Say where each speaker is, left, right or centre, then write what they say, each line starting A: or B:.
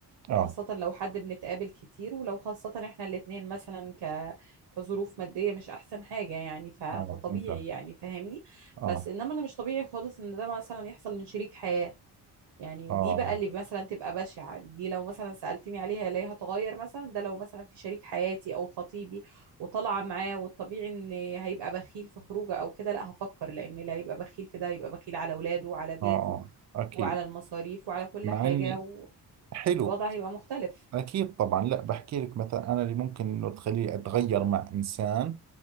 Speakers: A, on the right (about 45°); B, on the right (about 75°).
A: آه
B: وخاصة لو حد بنتقابل كتير ولو خاصة احنا الاتنين مثلا ك... كظروف مادية مش احسن حاجة يعني ف... فطبيعي
A: آه فهمت آه
B: يعني فاهمني
A: آه
B: بس انما اللي مش طبيعي خالص ان ده مثلا يحصل من شريك حياة يعني
A: آه
B: دي بقى اللي مثلا تبقى بشعة دي لو مثلا سألتني عليها ليه هتغير مثلا ده لو مثلا في شريك حياتي او خطيبي وطالعة معاه والطبيعي ان هيبقى بخيل في خروجه او كده لا هفكر لان اللي هيبقى بخيل في ده هيبقى بخيل على اولاده وعلى بيته
A: آه آه، أكيد
B: وعلى المصاريف وعلى كل
A: مع
B: حاجة
A: اني حلو
B: والوضع هيبقى مختلف
A: أكيد طبعا لا بحكي لك مثلا أنا اللي ممكن إنه تخليني أتغير مع إنسان